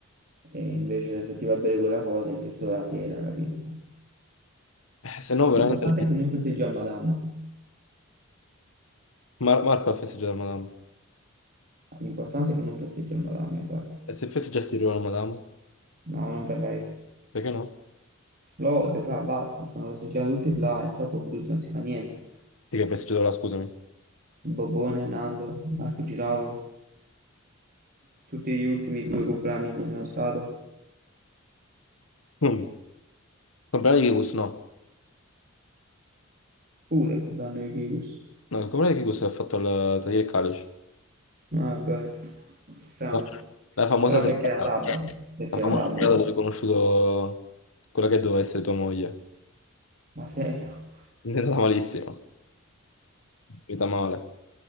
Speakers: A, on the right (about 45°); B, on the left (about 75°).
A: E invece se ti va bene quella cosa è giusto la sera, capito?
B: Eh, se no veramente...
A: L'importante è che non festeggi al Madama.
B: Mar- Marco ha festeggiato la Madame.
A: L'importante è che non festeggi al Madama, infatti.
B: E se festeggiassi prima la Madame?
A: No, non verrei.
B: Perché no?
A: Lo odio, fra, basta. Stanno festeggiando tutti là, è troppo brutto, non si fa niente.
B: Perché ha festeggiato la, scusami.
A: Bobone, Nando, Marco Giraulo, tutti gli ultimi due compleanni in cui sono stato.
B: Mm. Comprare di Kikus, no.
A: Pure il compleanno di Kikus.
B: No, comprare di Kikus ha fatto il tagliare il calice.
A: No, è vero. Strano.
B: No, La famosa
A: Però
B: serata,
A: perché era sabato? Perché
B: la famosa
A: era sabato?
B: serata dove hai conosciuto quella che doveva essere tua moglie.
A: Ma serio?
B: È andata malissimo, è finita male.